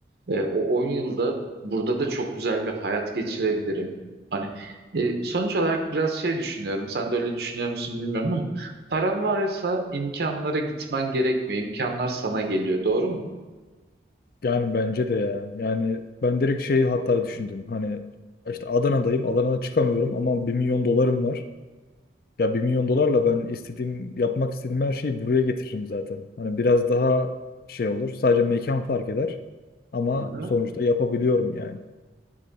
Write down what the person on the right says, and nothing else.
E, o 10 yılda burada da çok güzel bir hayat geçirebilirim. Hani e, sonuç olarak biraz şey düşünüyorum. Sen de öyle düşünüyor musun bilmiyorum ama paran varsa imkanlara gitmen gerekmiyor. İmkanlar sana geliyor. Doğru mu?
Hı-hı.